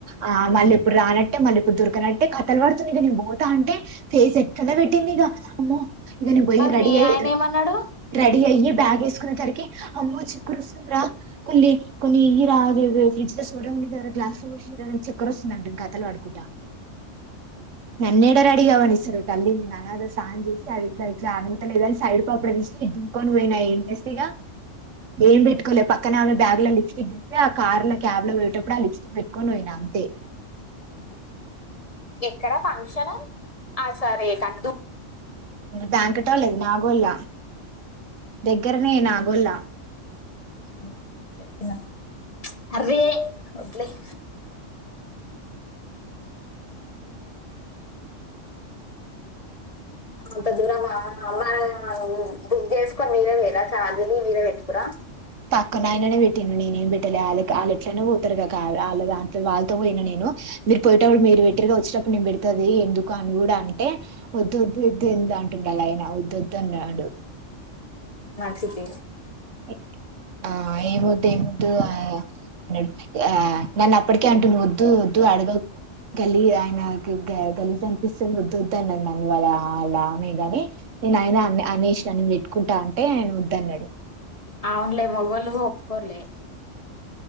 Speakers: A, on the right (about 75°); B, on the left (about 30°).
A: ఆ మళ్ళీ ఇప్పుడు రానట్టే మళ్ళీ ఇప్పుడు దొరకనట్టే కథలు పడుతుంది ఇక నేను పోతా అంటే ఫేస్ ఎక్కలా పెట్టింది ఇక అమ్మో ఇకని పోయి
B: మరి
A: రెడీ
B: మీ
A: అయి
B: ఆయన ఏమన్నాడు
A: రెడీ అయ్యి బ్యాగ్ వేసుకునే తరికి అమ్మోచూ చక్కర్స్తుందిరా కొన్ని కొన్ని ఇయిరా అవెవో ఫ్రిడ్జ్ ల సోడ ఉంది గ్లాస్ ల ఒషీ ఇయ్యి రా చక్కర్ ఒస్ నండు కథల్ వడుకుంటా నన్నెడ రేడి అవనిస్తరే తల్లి నేను అనాది సాయం చేసి అది ఇట్లా ఇట్లా అనుమతు లేదని సైడ్పడ దీసి దూ కొని ఓయినా ఏంజేసిగా ఏం పెట్టుకోలే పక్కనే ఆమె బ్యాగ్ లో లిప్స్టిక్ తీస్తే ఆ కార్ లో క్యాబ్ లో పోయేటప్పుడు ఆ లిప్స్టిక్ పెట్టుకని పోయిన అంతే
B: ఎక్కడ ఫంక్షన్ ఆ సరే కట్టు
A: ద్యాంకాటోలది నాగొల్ల దగ్గరనే నాగోల్లా
B: ఊహు చేపినవ్ అరే వదిలేయ్ ఊహు అంతదురమ్మా అమ్మా బుక్ చేసుకొని మీరే వేరా చార్జీలు మీరే పెట్టుకురా
A: పక్కన ఆయననే పెట్టిండు నేనేం పెట్టలే వా వాళ్ళ ఎట్లయినే పోతారు కగాక వాళ్ళ దాంట్ల వాళ్ళతో పోయిన నేను ఒ మీరు పోయటప్పుడు మీరు వెటగా వచ్చేటప్పుడు నేం పెడుత దియ్ ఎందుకు అని కూడా అంటే వద్దు వద్దు ఇద్దె ద్ అంటుండాలయన వద్దొదు అన్నాడు
B: నత్రికి
A: ఇ ఆ ఏముదు ఏముదు ఆ అన్నాడు ఆ నన్న అప్పటికే అంటుండు వద్దు వద్దు అడగకు గలీ ఆయనకి గ గలీ అనిపిస్తంది వాదోద్దు మ వాళ్ళ అలా మీదని నేను ఆయన ఆన్ అనేష్ నేన్ పెట్టుకుంటా అంటే ఆయన వద్దన్నడు
B: అవునులే మొగోళ్ళు ఒప్పుకోర్లే